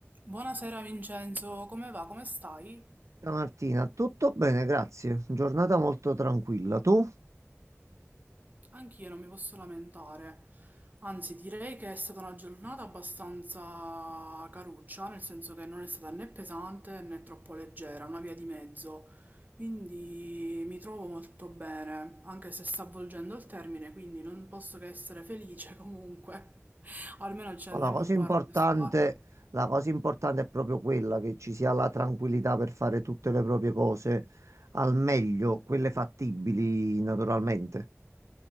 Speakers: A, on the right (about 35°); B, on the right (about 80°).
A: Buonasera Vincenzo, come va? Come stai?
B: Ciao Martina, tutto bene, grazie. Giornata molto tranquilla. Tu?
A: Anch'io non mi posso lamentare, anzi direi che è stata una giornata abbastanza caruccia, nel senso che non è stata né pesante né troppo leggera, una via di mezzo, quindi mi trovo molto bene, anche se sta avvolgendo il termine, quindi non posso che essere felice comunque, <laughs> almeno ci
B: Ma
A: andiamo
B: La cosa
A: un po'
B: importante,
A: a rilassare.
B: la cosa importante è proprio quella che ci sia la tranquillità per fare tutte le proprie cose al meglio, quelle fattibili naturalmente.